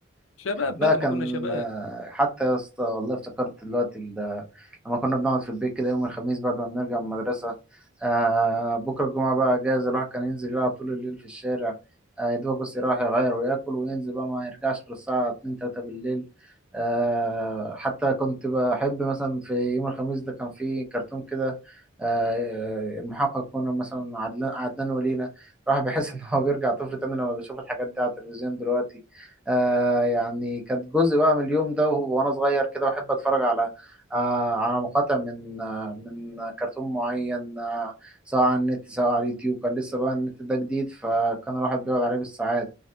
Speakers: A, on the left (about 70°); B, in the centre.
A: شباب
B: لا
A: بقى
B: كان
A: ما كنا شباب
B: آه، حتى يا اسطى والله افتكرت دلوقتي ال- لما كنا بنقعد في البيت كده يوم الخميس بعد ما بنرجع من المدرسة آه بكرة الجمعة بقى أجازة الواحد كان ينزل يلعب طول الليل في الشارع آه يا دوبك بس يروح يغير وياكل وينزل بقى ما يرجعش غير الساعة اتنين تلاتة بالليل آه حتى كنت بحب مثلا في يوم الخميس ده كان في كرتون كده آه المحقق كنا مثلا عدنان عدنان ولينا الواحد بيحس إن هو بيرجع طفل تاني لما بيشوف الحاجات دي على التلفزيون دلوقتي آه يعني كانت جزء بقى من اليوم ده وهو- وانا صغير كده بحب اتفرج على آه على مقاطع من آه من كرتون معين آه سواء على النت سواء على اليوتيوب كان لسه بقى النت ده جديد فكان الواحد بيقعد عليه بالساعات